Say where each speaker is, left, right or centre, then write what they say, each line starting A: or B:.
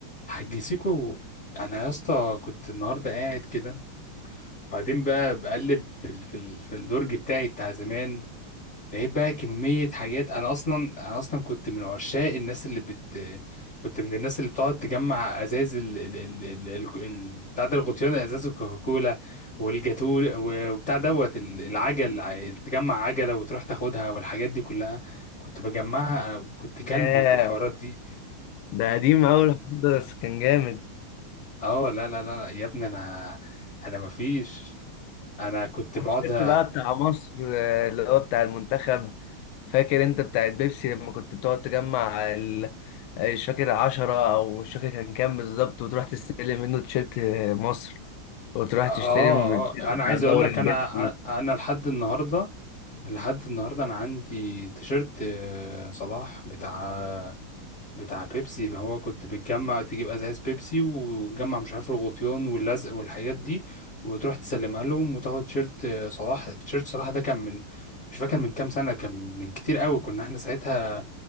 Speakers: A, on the left (about 45°); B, on the left (about 80°).
A: حاج سيكو انا يا اسطى كنت النهارده قاعد كده وبعدين بقى بقلب في ال... في ال... في الدرج بتاعي بتاع زمان لقيت بقى كميه حاجات انا اصلا انا اصلا كنت من عشاق الناس اللي بت كنت من الناس اللي بتقعد تجمع ازاز ال ال ال ال ال- ال- بتاع ده الغطيان ازاز الكوكاكولا والجاتو و- وبتاع دوت ال- العجل ع- تجمع عجله وتروح تاخدها والحاجات دي كلها كنت بجمعها كنت
B: ياه
A: كلب في الحوارات دي
B: ده قديم أوي الحوار ده بس كان جامد
A: اه لا لا لا لا، يا ابني انا انا ما فيش انا كنت
B: والتيشيرت
A: بقعد ه-
B: بقى بتاع مصر آه، اللي هو بتاع المنتخب فاكر انت بتاع البيبسي لما كنت بتقعد تجمع ال... آه، مش فاكر عشرة أو مش فاكر كان كام بالظبط وتروح تستلم منه تيشيرت آه، مصر وتروح
A: اه
B: تشتري من التيشيرت
A: اه انا
B: بتاع
A: عايز
B: دوري
A: اقول لك
B: البيبسي
A: انا انا لحد النهارده لحد النهارده انا عندي تيشيرت آه، صلاح بتاع بتاع بيبسي اللي هو كنت بتجمع تجيب ازاز بيبسي وتجمع مش عارف الغطيان واللزق والحاجات دي وتروح تسلمها لهم وتاخد تيشيرت آه، صلاح تيشيرت صلاح ده كان من مش فاكر من كام سنه كان من كتير قوي كنا احنا ساعتها